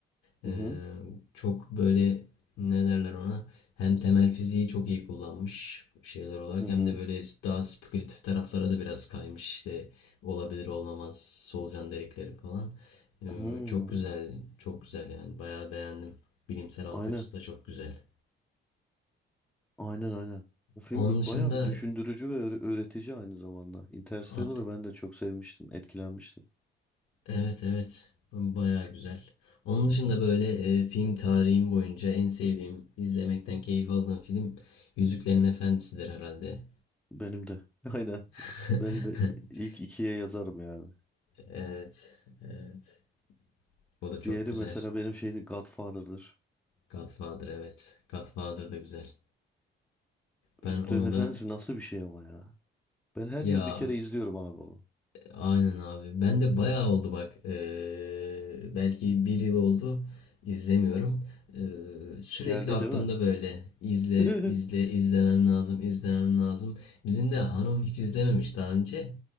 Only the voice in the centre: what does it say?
Hı hı,
hı hı.
Hmm,
Aynen,
aynen, aynen. Bu film
b-
bayağı bir düşündürücü ve öğre- öğretici aynı zamanda. Interstellar'ı
ben de çok sevmiştim, etkilenmiştim.
Benim de. <laughs> Aynen.
Ben de ilk ikiye yazarım yani.
Diğeri
mesela benim şeydi Godfather'dır.
Yüzüklerin
Efendisi
nasıl bir şey ama ya. Ben her
yıl bir kere izliyorum abi onu.
Geldi
değil mi?
<laughs>